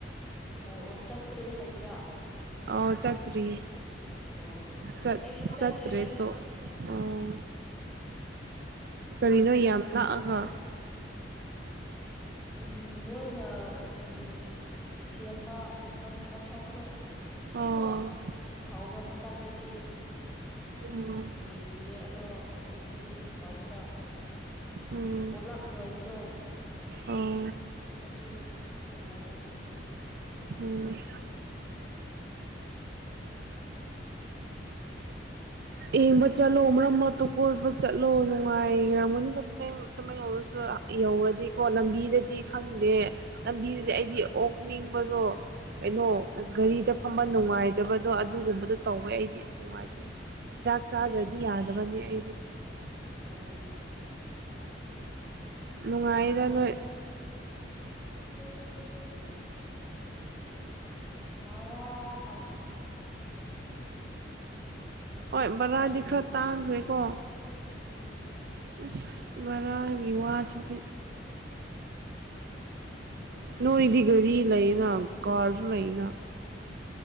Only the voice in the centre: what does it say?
ꯑꯣ ꯑꯣ ꯆꯠꯇ꯭ꯔꯦ ꯍꯥꯏꯕ꯭ꯔꯥꯔ꯫
ꯑꯣ
ꯑꯩꯁꯨ ꯆꯠꯇ꯭ꯔꯤꯗ
ꯎꯝ
ꯎꯝ ꯃꯣꯏꯅ ꯎꯝ ꯁꯦꯝꯕ ꯀꯟꯁꯇ꯭ꯔꯛꯁꯟ ꯀꯣ
ꯍꯥꯎꯕ ꯃꯇꯝꯗꯗꯤ
ꯌꯦꯡꯕꯤꯌꯦ ꯑꯗꯣ ꯐꯤꯅꯤꯁ ꯇꯧꯕꯗ
ꯄꯣꯂꯥꯞ ꯂꯅꯨꯡꯣꯏꯕꯗꯣ
ꯑꯩꯁꯨ ꯎꯍꯥꯎꯗ꯭ꯔꯦ ꯐ
ꯑꯣ
ꯑꯣ
ꯑꯣ
ꯎꯝ
ꯃꯦꯡꯂꯗꯨꯁꯨ ꯃꯔꯔꯥ
ꯎꯝ